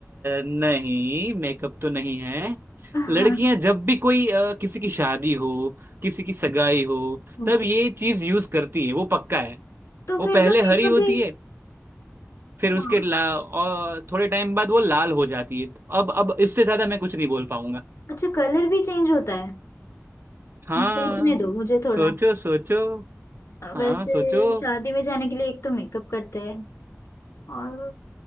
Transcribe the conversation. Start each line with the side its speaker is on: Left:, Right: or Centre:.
Right: नहीं मेकअप तो नहीं है
Left: <laughs>
Right: लड़कियां
Left: हाँ
Right: जब भी कोई अ, किसी की शादी हो किसी की सगाई हो
Left: ओके
Right: तब ये चीज यूज करती है वो पक्का है
Left: तो
Right: वो
Left: फिर
Right: पहले
Left: तो मेकअप
Right: हरी होती
Left: भी
Right: है फिर
Left: हाँ
Right: उसके ला और थोड़े टाइम बाद वो लाल हो जाती है तो अब अब इससे ज्यादा मैं कुछ नहीं बोल पाऊंगा
Left: अच्छा कलर भी चेंज होता है
Right: हाँ
Left: सोचने दो मुझे थोड़ा
Right: सोचो सोचो
Left: अ,
Right: हाँ
Left: वैसे
Right: सोचो
Left: शादी में जाने के लिए एक तो मेकअप करते हैं और